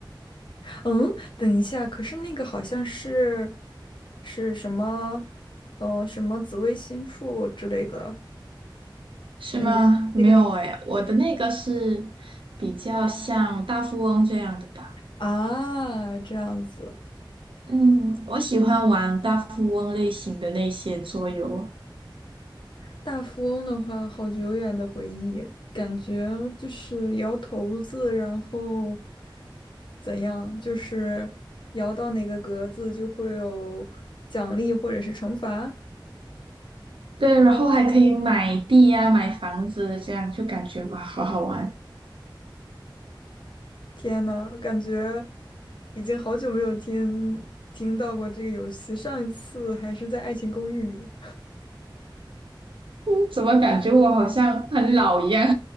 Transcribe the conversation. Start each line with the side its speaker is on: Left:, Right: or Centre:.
Left: 嗯，等一下，可是那个好像是是什么，嗯、什么紫微星术之类的，
Right: 是吗？
Left: 那那个领
Right: 没有哎，我的那个是比较像大富翁这样的吧。
Left: 啊，这样子。
Right: 嗯，我喜欢玩大富翁类型的那些桌游，
Left: 大富翁的话，好久远的回忆，感觉就是摇骰子，然后怎样，就是摇到哪个格子就会有奖励或者是惩罚。
Right: 对，然后还可以买地呀、买房子，这样就感觉哇，好好玩。
Left: 天呐，我感觉已经好久没有听听到过这个游戏，上一次还是在《爱情公寓》里。<laughs>
Right: 嗯，怎么感觉我好像很老一样？